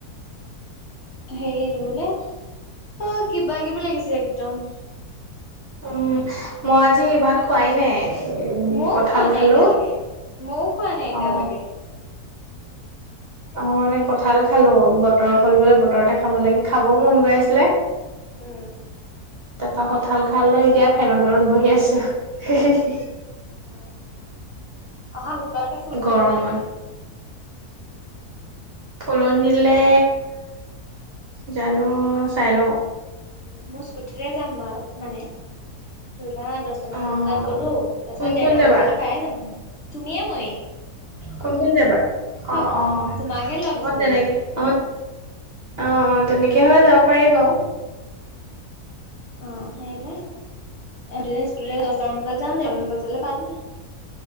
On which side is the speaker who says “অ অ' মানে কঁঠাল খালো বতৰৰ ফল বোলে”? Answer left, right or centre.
Right